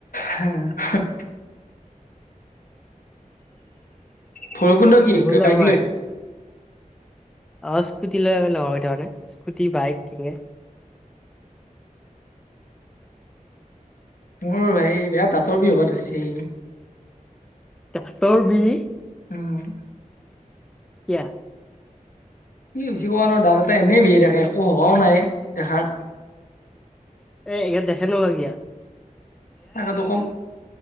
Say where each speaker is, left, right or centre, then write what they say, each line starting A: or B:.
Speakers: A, on the left; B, in the centre.
A: হে', হা', ভৈৰৱকুণ্ড কি
B: গ'ল
A: বাইক
B: আৰু আজি',
A: লৈ
B: অ', স্কুটি লৈ আমি লগৰকেইটা মানে স্কুটি বাইক কিনে
A: মোৰ হেই বেয়া দাঁতৰ বিষ হ'বা লৈছে
B: দাঁতৰ বিষ?
A: উম'
B: কিয়া?
A: কি হৈছে বুজিব পোৱা নো দাঁত এটা এনেই বিষাই থাকে একো হোৱাও নাই দেখাত।
B: এই ইয়াত দেখাই ল এতিয়া।
A: মানে আৰু তোক কম,